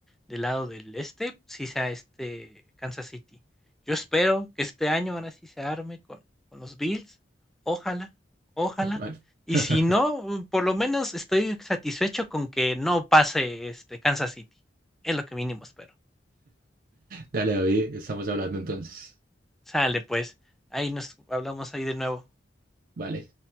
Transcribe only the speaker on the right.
Ojalá.
<laughs>
Dale, David, estamos hablando entonces.
Vale.